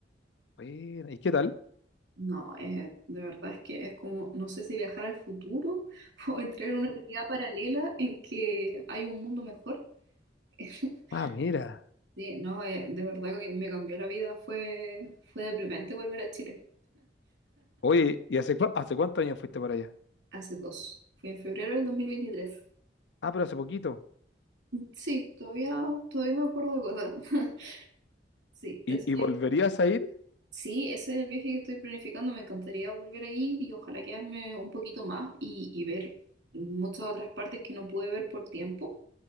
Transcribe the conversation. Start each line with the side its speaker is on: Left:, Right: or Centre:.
Left: Bueno. ¿y qué tal?
Right: No, eh, de verdad es que es como, no sé si viajar al futuro <laughs> o entrar en una realidad paralela en que hay un mundo mejor. <laughs>
Left: Ah, mira.
Right: Sí, no, eh, de verdad que me cambió la vida. Fue, fue deprimente volver a Chile.
Left: Oye, ¿y hace, cua- hace cuántos años fuiste para allá?
Right: Hace dos. Fue en febrero del dos mil veintitrés
Left: Ah, pero hace poquito.
Right: Sí, todavía, todavía me acuerdo de cosas. <laughs> Sí,
Left: ¿Y,
Right: ese,
Left: y volverías a ir?
Right: sí, ese es el viaje que estoy planificando. Me encantaría volver a ir y ojalá quedarme un poquito más y, y ver muchas otras partes que no pude ver por tiempo.